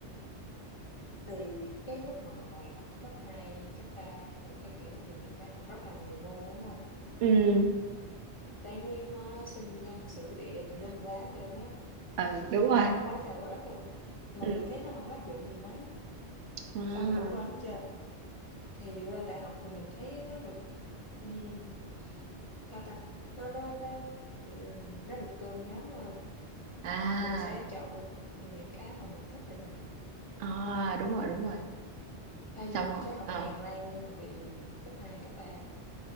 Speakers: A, on the left; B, on the right.
A: thì cái lúc mà hồi học cấp 2 cấp 3 rồi các kiểu thì mình phải học rất là nhiều môn, đúng hông?
B: ừ
A: Toán, lý, hóa, sinh, văn, sử, địa tùm lum la hết trơn á,
B: ừ đúng rồi
A: một quá trời quá đất luôn, mà
B: ừ
A: mình thấy nó hổng áp dụng gì mấy,
B: à
A: xong cũng quên hết trơn. Thì lên đại học thì mình thấy nó được, ừm, sao ta, nó nó nó, ừm, nó được cơm nhóm hơn.
B: à,
A: Mình sẽ chọn được, những cái mà mình thích để mình học.
B: à đúng rồi đúng rồi
A: Ừm. Thay vì
B: xong
A: mình
B: rồi
A: phải học
B: ờ
A: tràn lan như hồi cấp 2 cấp 3